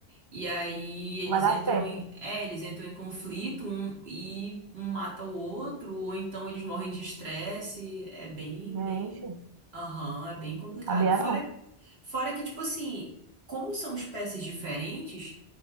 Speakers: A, on the right; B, on the right.
A: e aí eles
B: Vai dar
A: entram
B: certo.
A: em, é, eles entram em conflito um, e um mata o outro, ou então eles morrem de estresse. É bem,
B: né?
A: bem,
B: Gente,
A: aham, é bem complicado.
B: sabia
A: Fora,
B: não.
A: fora que, tipo assim, como são espécies diferentes,